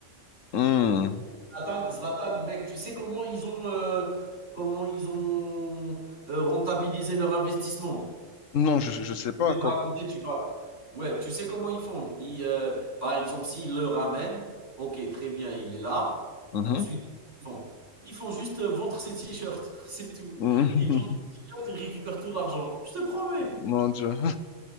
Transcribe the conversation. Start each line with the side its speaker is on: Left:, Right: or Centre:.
Left: Hmm.
Right: Zlatan, Zlatan, mec, tu sais comment ils ont, euh, comment ils ont euh, rentabilisé leur investissement
Left: Non, je ne sais pas.
Right: Je vais
Left: co-
Right: te raconter,
Left: co-
Right: tu vas. Ouais, tu sais comment ils font? Ils, euh, par exemple, s'ils le ramènent, ok, très bien, il est là.
Left: Mhm.
Right: Ensuite, ils font. Ils font juste euh, vendre ses t-shirts, <laughs> c'est tout.
Left: <laughs>
Right: Ils vendent ses t-shirts, ils récupèrent tout l'argent. Je te promets,
Left: Mon Dieu.